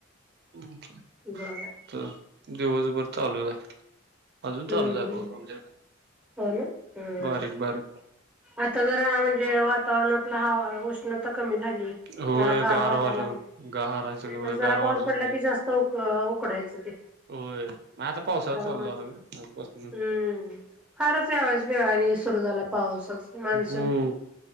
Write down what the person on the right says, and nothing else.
्
तर दिवसभर चालू च हाय अजून
चालूच आहे
पाऊ दमते
बारीक बारीक
होय
वारं
गार आहे सगळं
होय
गार
वारं सुटले
होय आता पावसाळा
चालू
झाला ग आजपासून
हम्म